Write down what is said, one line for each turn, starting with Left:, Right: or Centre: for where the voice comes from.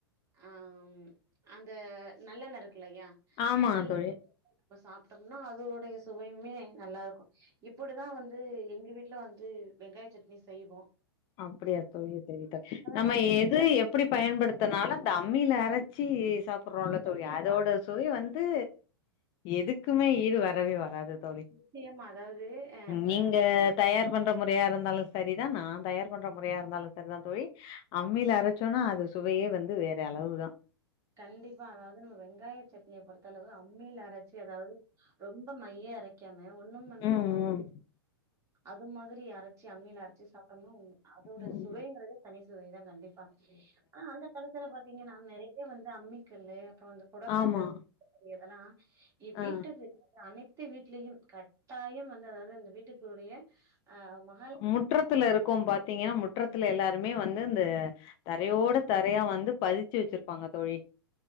Right: அ ம்‌ அந்த நல்லெண்ண இருக்குல்லயா
Left: ஆமா
Right: நல்லெண்
Left: தோழி
Right: <unintelligible> இப்ப சாப்ட்டோம்னா அதோடைய சுவையுமே நல்லா இருக்கும் இப்டிதா வந்து எங்க வீட்ல வந் து வெங்காய சட்னி செய்வோம்
Left: அப்டியா தோழி சரி தோழி நம்ம
Right: நா உங்ககிட்ட
Left: எது எப் டி பயன்படுத்தனாலு அந்த அம்மில அரைச்சி சாப்புற ள்ள
Right: கண்டிப்பா
Left: தோழி அதோட சுவை வந்து எதுக்குமே ஈடு வரவே வராது தோழி
Right: நிச்சயமா அதாவது அ வ
Left: நீங்க தயார் பண்ற முறையா இருந்தாலு சரிதா நா தயார் பண்ற முறையா இருந்தாலு சரிதா தோழி அம்மில அரச்சோனா அது சுவையே வந்து வேற அளவு தான்
Right: கண்டிப்பா அதாவது நம்ம வெங்காய சட்னிய பொறுத்த அளவு அம்மியில அரச்சி எதாவது ரொம்ப மைய அரைக் வைக்காம ஒண்ணும் பண்ணாம
Left: ம்
Right: கொஞ்ச அது மாதிரி அரைச்சு அம்மில அரைச்சு சாப்டம்னா அதோட
Left: ம் ம்.
Right: சுவைங்கிறதே தனி சுவைதா கண்டிப்பா ஆனா அந்த காலத்துல பாத்தீங்கன்னா நெறைய வந்து அம்மிக்கல்லு அப்பறோ அந்த கொடக்கல்லு
Left: ஆமா
Right: அப்டின்னு சொ எதல்லா இ
Left: ஆ
Right: வீட்டுக்கு அனைத்து வீட்டுலயும் கட்டாயம் வந்து அதாவது அந்த வீட்டுக்கூடயே அ ஆமா
Left: முற்றத்துல இருக்கு பாத்தீங்கன்னா முற்றத்துல எல்லாருமே வந்து இந்த தரையோட தரையா வந்து பதிச்சு வச்சுருப்பாங்க தோழி